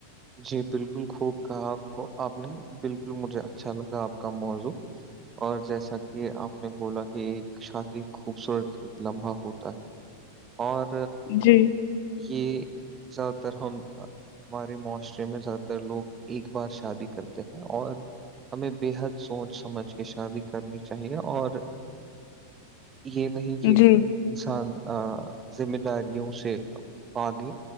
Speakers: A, on the right (about 20°); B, on the left (about 50°).
A: جی بالکل خوب کہا آپ کو آپ نے بالکل مجھے اچھا لگا آپ کا موضوع اور جیسا کہ آپ نے بولا کہ ایک شادی خوبصورت ایک لمحا ہوتا ہے
B: <unintelligible>
A: اور
B: جی
A: یہ زیادہ تر ہم ہمارے مو میں زیادہ تر لوگ ایک بار شادی کرتے ہیں اور ہمیں بے حد سوچ سمجھ کے شادی کرنی چاہیے اور یہ نہیں
B: جی
A: انسان ذمہ داریوں سے پاگے